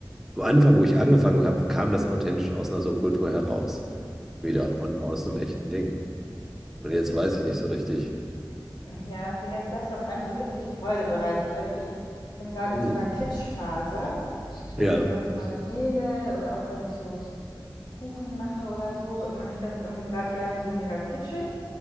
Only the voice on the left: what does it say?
Ja, vielleicht das, was einem so richtig Freude bereitet. Also ich bin gerade in
so einer Kitschphase. Also
ich mache so meine Nägel oder auch wenn ich so Kuchen mache oder so, mache ich das irgendwie gerade gerne so mega kitschig.